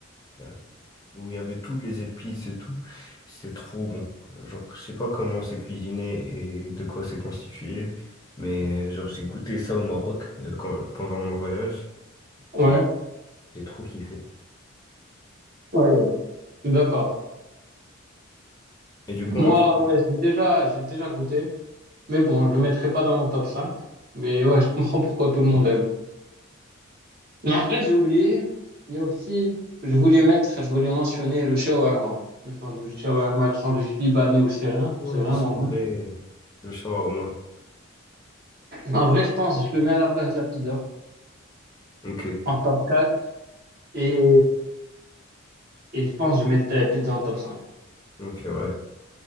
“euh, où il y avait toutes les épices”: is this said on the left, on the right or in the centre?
Left